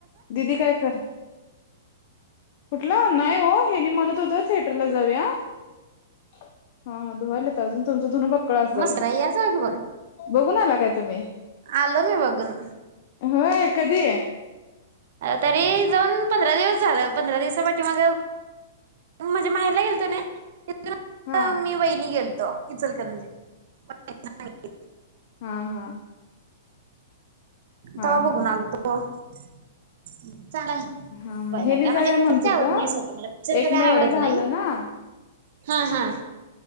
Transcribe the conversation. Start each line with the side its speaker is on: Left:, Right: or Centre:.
Left: दिदी काय कर कुठलं ओ नाही ओ हेन्ही म्हणत होत थेटरला जाऊया हा हा धुवालेत आजून तुम ते धुन बघ. सगळ असल
Right: मस्त यार जाऊ की बघ
Left: बघुन आला का? काय तुम्ही
Right: आलो मी बघुन
Left: होय कधी
Right: तरी जाऊन पंधरा दिवस झालं पंधरा दिवसा पाठिमाग मी माझ्या माहेरला गेलतो नई. तिथुनच
Left: हा
Right: मि वहिणी गेलो. हो इचलकरंजी <unintelligible>
Left: हा हा हा
Right: तवा
Left: हा
Right: बघुन आलतो. हम चांगला हाय
Left: हा
Right: बघाय
Left: हेनी
Right: सारखा म्हणजे
Left: जाऊया म्हणत
Right: पिचर
Left: होतं
Right: आवडत नाही सोडा मला पिचर
Left: एक
Right: बघायला
Left: मे
Right: आवडत
Left: ला झालं
Right: नाही.
Left: ना
Right: हा हं